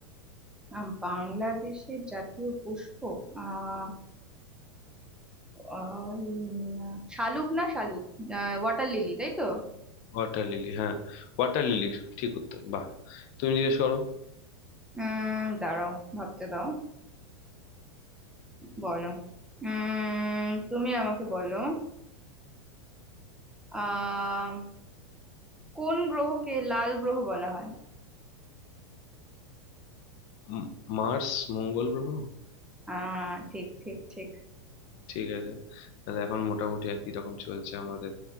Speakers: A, in the centre; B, on the left.
A: আহ, বাংলাদেশের জাতীয় পুষ্প আহ আহ, উম, শালুক না শালুক ওয়াটার লিলি তাই তো
B: ওয়াটার লিলি হ্যাঁ Water lily ঠিক উত্তর বাহ তুমি জিজ্ঞেস করো
A: উম দাঁড়াও ভাবতে দাও বলো উম তুমি আমাকে বলো আহ কোন গ্রহকে লাল গ্রহ বলা হয়
B: উম, মার্স মঙ্গল গ্রহ
A: আহ ঠিক ঠিক ঠিক
B: ঠিক আছে তাহলে এখন মোটামুটি একই রকম চলছে আমাদের